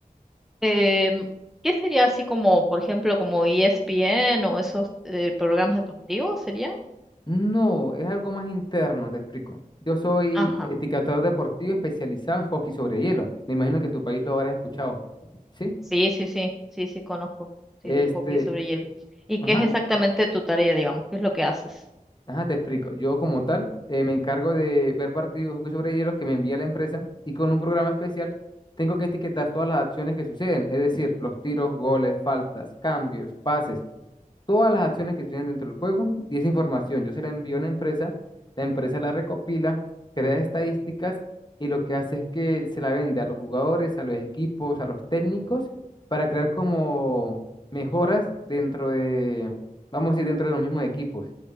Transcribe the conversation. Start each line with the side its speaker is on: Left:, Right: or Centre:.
Centre: Em, ¿qué sería así como, por ejemplo, como ESPN o esos eh, programas deportivos serían?
Left: No, es algo más interno, te explico. Yo soy
Centre: Ajá.
Left: etiquetador deportivo especializado en hockey sobre hielo. Me imagino que en tu país lo habrás escuchado, ¿sí?
Centre: Sí, sí, sí, sí, sí, conozco, sí,
Left: Este,
Centre: del hockey sobre hielo. ¿Y
Left: ajá,
Centre: qué es exactamente tu tarea, digamos? ¿Qué es lo que haces?
Left: Ajá, te explico. Yo como tal eh, me encargo de ver partidos de hockey sobre hielo que me envía la empresa y con un programa especial tengo que etiquetar todas las acciones que suceden, es decir, los tiros, goles, faltas, cambios, pases, todas las acciones que suceden dentro del juego y esa información yo se la envío a la empresa, la empresa la recopila, crea estadísticas y lo que hace es que se la vende a los jugadores, a los equipos, a los técnicos para crear como mejoras dentro de, vamos a decir, dentro de los mismos equipos.